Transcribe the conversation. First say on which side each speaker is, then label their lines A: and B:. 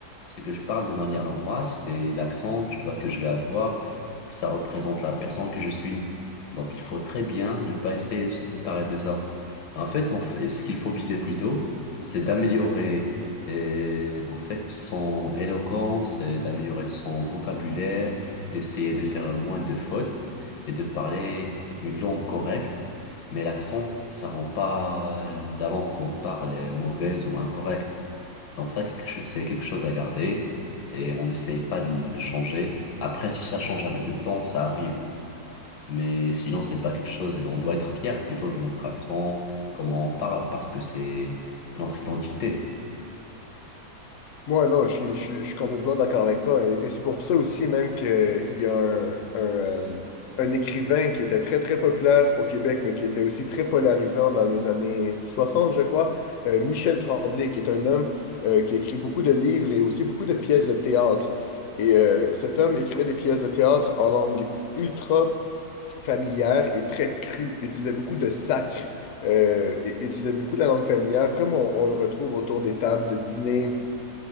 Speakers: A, on the left; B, on the left.
A: C'est que je parle de manière normale, c'est l'accent, tu vois, que je vais avoir, ça représente la personne que je suis. Donc il faut très bien ne pas essayer de se séparer de ça. En fait, on fait- ce qu'il faut viser plutôt, c'est d'améliorer euh, en fait son éloquence, euh, d'améliorer son vocabulaire, d'essayer de faire moins de fautes et de parler une langue correcte mais l'accent, ça rend pas la langue qu'on parle est mauvaise ou incorrecte. Donc ça, quelque cho- c'est quelque chose à garder et on n'essaye pas de le changer. Après, si ça change avec le temps, ça arrive. Mais sinon, c'est pas quelque chose et on doit être fier plutôt de notre accent, comment on parle, parce que c'est notre identité.
B: Moi, non, je, suis je suis- je suis complètement d'accord avec toi. Et, et c'est pour ça aussi même qu'il y a un, un, euh, un écrivain qui était très, très populaire au Québec, mais qui était aussi très polarisant dans les années 60, je crois, euh, Michel Tremblay, qui est un homme euh, qui écrit beaucoup de livres et aussi beaucoup de pièces de théâtre. Et euh, cet homme écrivait des pièces de théâtre en langue ultra familière et très crue, utilisait beaucoup de sacre, euh, et- et utilisait beaucoup de la langue familière, comme on, on le retrouve autour des tables de dîner,